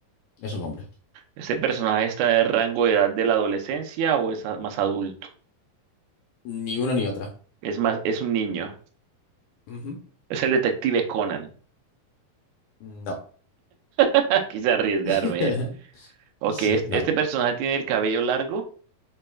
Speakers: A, on the left (about 80°); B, on the right (about 75°).
A: es un hombre.
B: ¿Este personaje está en el rango de edad de la adolescencia o es a- más adulto?
A: Ni una ni otra.
B: Es más, es un niño.
A: Ujú.
B: Es el detective Conan.
A: No.
B: <laughs> Quise arriesgarme.
A: <laughs>
B: eh. Ok,
A: Sí,
B: ¿est-
A: no.
B: ¿este personaje tiene el cabello largo?